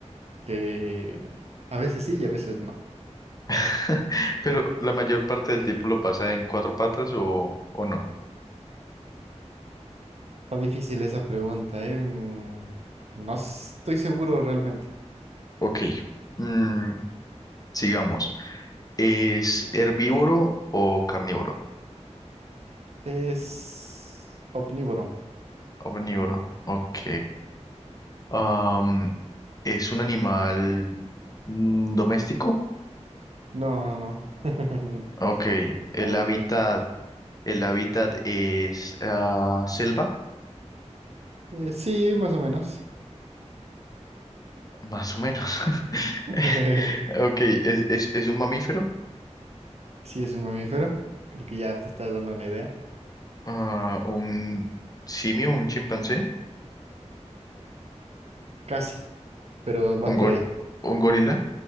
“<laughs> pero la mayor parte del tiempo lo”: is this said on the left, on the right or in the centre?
Left